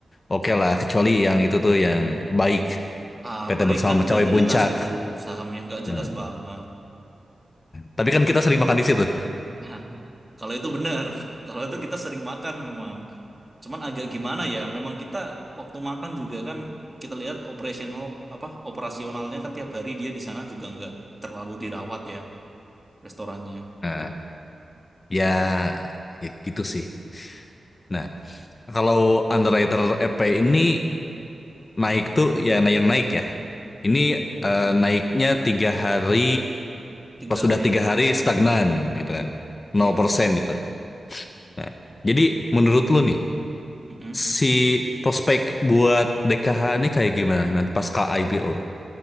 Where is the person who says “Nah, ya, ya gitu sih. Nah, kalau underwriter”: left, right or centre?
Left